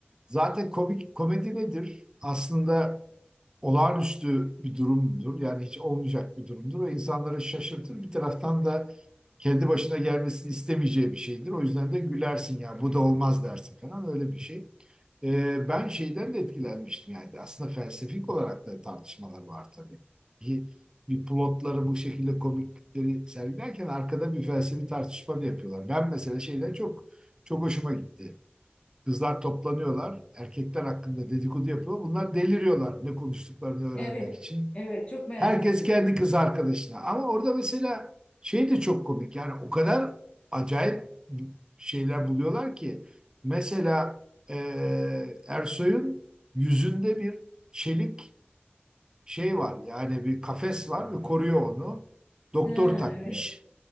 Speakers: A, on the right (about 20°); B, on the left (about 30°).
A: zaten komik komedi nedir? Aslında olağanüstü bir durumdur. Yani hiç olmayacak bir durumdur ve insanları şaşırtır. Bir taraftan da kendi başına gelmesini istemeyeceği bir şeydir. O yüzden de gülersin ya bu da olmaz dersin falan öyle bir şey. Ee, ben şeyden de etkilenmiştim yani aslında felsefik olarak da tartışmalar var tabii. Bir, bir plotları bu şekilde komiklikleri sergilerken arkada bir felsefi tartışma da yapıyorlar. Ben mesela şeyler çok çok hoşuma gitti. Kızlar toplanıyorlar. Erkekler hakkında dedikodu yapıyor. Bunlar deliriyorlar ne konuştuklarını öğrenmek
B: Evet,
A: için.
B: evet çok merak
A: Herkes
B: ediyorlar.
A: kendi kız arkadaşına. Ama orada mesela şey de çok komik. Yani o kadar acayip şeyler buluyorlar ki. Mesela eee, Ersoy'un yüzünde bir çelik şey var. Yani bir kafes var ve koruyor onu. Doktor
B: Ha,
A: takmış.
B: evet.